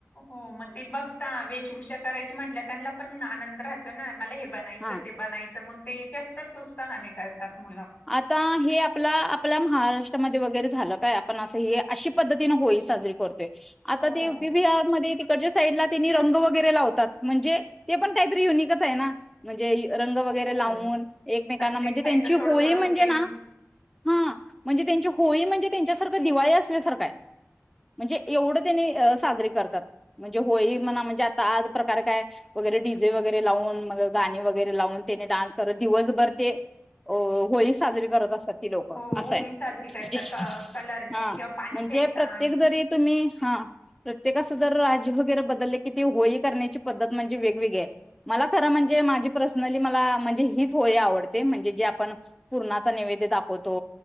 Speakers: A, on the left (about 35°); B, in the centre.
A: हो. मग ते बघता वेशभूषा करायची म्हटल्या त्यांना पण आनंद राहतो. कना मला हे बनायचं,
B: हा
A: ते बनायचं मग ते जास्तच उत्साहाने करतात मुल.
B: आता हे आपला, आपल्या महाराष्ट्रामध्ये वगैरे झालं काय? आपण असं हे अशी पद्धतीनं होळी साजरी- आता
A: हो
B: ती यू पी बिहार मधे - च्या साईडला तिनी रंग वगैरे लावतात. म्हणजे ते पण काहीतरी युनिकच आहे ना? म्हणजे रंग वगैरे
A: हो
B: लावून एकमेकांना
A: प्रत्येक
B: म्हणजे
A: साईडला
B: त्यांची
A: थोडं
B: होळी
A: थोडं
B: म्हणजे
A: चेंज
B: ना? हा. म्हणजे त्यांची होळी म्हणजे त्यांच्यासारखं दिवाळी असल्यासारखंय. म्हणजे एवढं त्यांनी साजरी करतात. म्हणजे होळी म्हणा म्हणजे आता आज प्रकार काय? वगैरे डी जे वगैरे लावून, मग गाणी वगैरे लावून त्याने डान्स करत दिवसभर ते- ओ. होळी साजरी करत असतात ती लोक.
A: हो
B: असय
A: होळी साजरी करता
B: म्हणजे
A: क कलरने
B: -हा.
A: किंवा पाणी
B: म्हणजे
A: फेकता
B: प्रत्येक
A: आणि
B: जरी- तुम्ही हा. प्रत्येक असं जर राज्य वगैरे बदलल कि ती होळी करण्याची पद्धत म्हणजे वेगवेगळीए. मला खरं
A: हो
B: म्हणजे, माझी पर्सनली मला म्हणजे हीच होळी आवडते म्हणजे जे आप - पुरणाचा नेवैद्य दाखवतो.